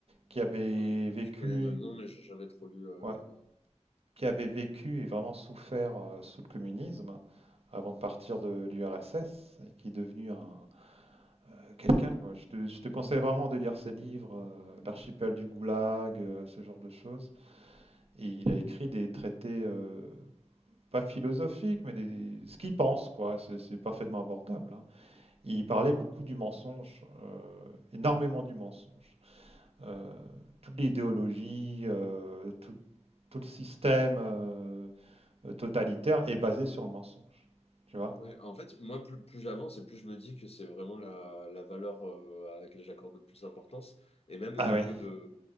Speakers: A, on the right; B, on the left.
A: qui avait
B: Ouais, je,
A: vécu,
B: je connais de nom, mais j'ai jamais trop lu. euh,
A: ouais, qui avait vécu et vraiment souffert euh, sous le communisme avant de partir de l'URSS et qui est devenu un euh, quelqu'un, quoi. Je te, je te conseille vraiment de lire ses livres, euh, L'archipel du Goulag, euh, ce genre de choses. Et il a écrit des traités, euh, pas philosophiques, mais des, ce qu'il pense, quoi. C'est c'est parfaitement abordable, hein. Il parlait beaucoup du mensonge, euh, énormément du mensonge. Euh, toute l'idéologie, euh, tout, tout le système euh, totalitaire est basé sur le mensonge. Tu vois?
B: Ouais, en fait, moi, plus, plus j'avance et plus je me dis que c'est vraiment la, la valeur euh, à laquelle j'accorde le plus d'importance. Et même au
A: Ah
B: niveau
A: oui.
B: de...